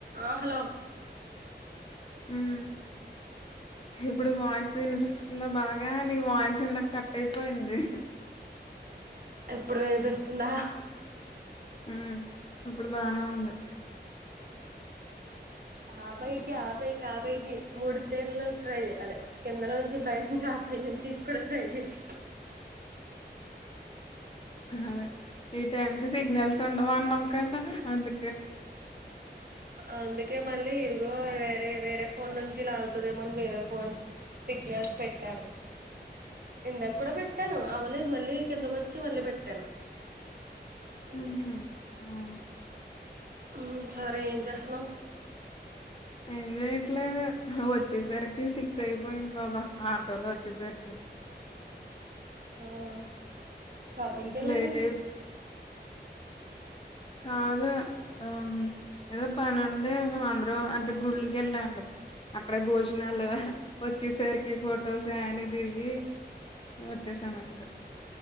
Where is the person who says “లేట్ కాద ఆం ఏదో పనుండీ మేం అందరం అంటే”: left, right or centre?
Left